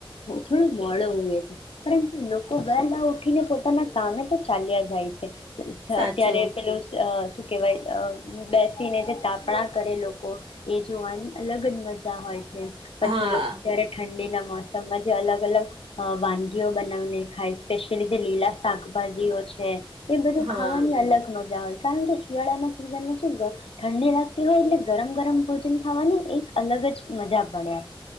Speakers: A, on the left (about 85°); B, on the right (about 85°).
A: થોડો મોડો ઉવે છે પરંતુ લોકો વેલા ઉઠીને પોતાના કામે તો ચાલ્યા જાય છે.
B: સાચું
A: ત્યારે પેલું અ શું કેવાય? અ બેસીને જે તાપણા કરે લોકો એ જોવાની અલગ જ મજા હોય છે. પછી
B: હા
A: લોકો જયારે ઠંડી ના મોસમમાં જે અલગ અલગ વાનગીઓ બનાવીને ખાય સ્પેશિયલી જે લીલા શાકભાજીઓ છે. એ બધું
B: હા
A: ખાવાની અલગ મજા હોય. કારણ કે શિયાળાના <unintelligible> શું ગ ઠંડી લાગતી હોય એટલે ગરમ ગરમ ભોજન ખાવાની એક અલગ જ મજા પડે એમ.